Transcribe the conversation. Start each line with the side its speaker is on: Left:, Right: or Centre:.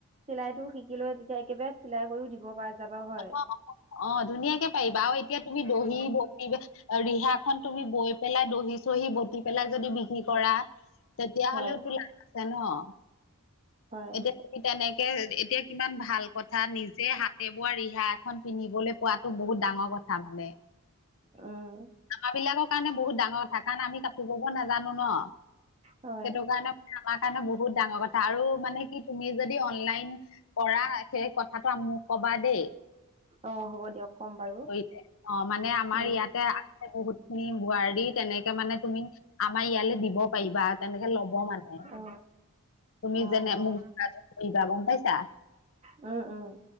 Right: চিলাই টো শিকিলৈ তেতিয়া একেবাৰে চিলাই কৰিও দিব পৰা যাবা হয়
Left: অ', অ', ধুনীয়াকে পাৰিবা আৰু এতিয়া তুমি দহি
Right: উম
Left: বতি ৰিহা খন তুমি বৈ পেলাই দহি-চহি বতি পেলাই যদি বিক্ৰী কৰা। তেতিয়া
Right: হয়
Left: হ'লেওটো লাভ আছে ন'!
Right: হয়
Left: এতিয়া তুমি তেনেকে এতিয়া কিমান ভাল কথা নিজে হাতে বোৱা ৰিহা এখন পিন্ধিবলৈ পোৱাতো বহুত ডাঙৰ কথা মানে।
Right: উম।
Left: আমাৰ বিলাকৰ কাৰণে বহুত ডাঙৰ কথা কাৰণ আমি কাপোৰ বব নাজানোঁ ন'।
Right: হয়
Left: সেইটো কাৰণে মানে আমাৰ কাৰণে বহুত ডাঙৰ কথা আৰু মানে কি তুমি যদি অনলাইন কৰা সেই কথাটো মোক ক'বা দেই।
Right: অ', হ'ব দিয়ক ক'ম বাৰু।
Left: কৰিলে। অ', মানে আমাৰ
Right: উম
Left: ইয়াতে আছে বহুত খিনি বোৱাৰী তেনেকে মানে তুমি আমাৰ ইয়ালে দিব পাৰিবা তেনেকে ল'ব মানে,
Right: অ
Left: তুমি
Right: অ
Left: যেনে
Right: হয়
Left: মোক যোগাযোগ কৰিবা গ'ম পাইছা?
Right: উম, উম।